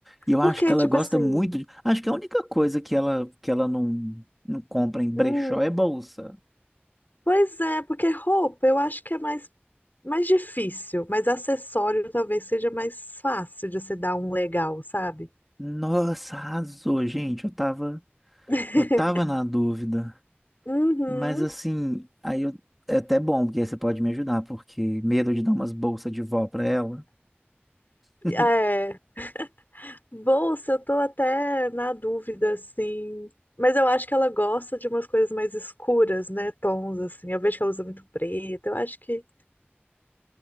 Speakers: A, in the centre; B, on the left.
A: E eu acho
B: Porque,
A: que ela
B: tipo
A: gosta
B: assim.
A: muito de... Acho que a única coisa que ela, que ela não, não compra em brechó
B: hum,
A: é bolsa.
B: Pois é, porque roupa eu acho que é mais, mais difícil, mas acessório talvez seja mais fácil de se dar um legal, sabe?
A: Nossa, arrasou, gente. Eu tava,
B: <laughs>
A: eu tava na dúvida.
B: Uhum.
A: Mas assim, aí eu- é até bom, porque aí você pode me ajudar, porque medo de dar umas bolsas de vó pra ela. <laughs>
B: É. Bolsa, eu tô até na dúvida, assim. Mas eu acho que ela gosta de umas coisas mais escuras, né? Tons, assim. Eu vejo que ela usa muito preto. Eu acho que.